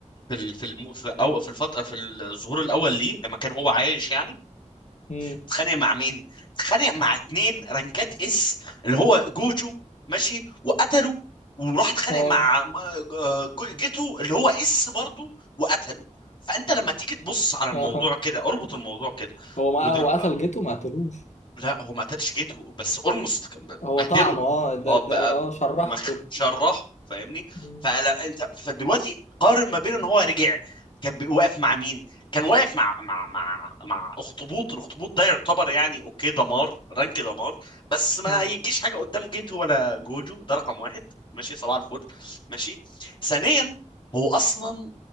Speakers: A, on the left; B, on the left.
A: في ال... في الم... في او في الفترة في الظهور الاول ليه لما كان هو عايش يعني
B: مم
A: اتخانق مع مين اتخانق مع اتنين رانكات اس اللي هو جوجو ماشي وقتله وراح اتخانق
B: اه
A: مع آه، جو- جيتو اللي هو اس برضه وقتله فانت لما تيجي تبص على الموضوع
B: اه آه.
A: كده اربط الموضوع كده
B: هو ما
A: ودر...
B: هو قتل جيته ما قتلوش
A: لا هو ما قتلش جيتو بس اولموست
B: هو
A: بهدله
B: طعنه اه ده
A: اه بقى
B: ده اه شرحه
A: مخ
B: كده
A: شرحه فاهمني
B: مم.
A: فلا انت فدلوقتي قارن ما بينه ان هو رجع كان بي- واقف مع مين كان واقف مع مع مع مع اخطبوط الاخطبوط ده يعتبر يعني اوكي دمار رانك دمار بس ما
B: مم.
A: يجيش حاجه قدام جيتو ولا جوجو ده رقم واحد ماشي صباح الفل ماشي ثانيا هو اصلا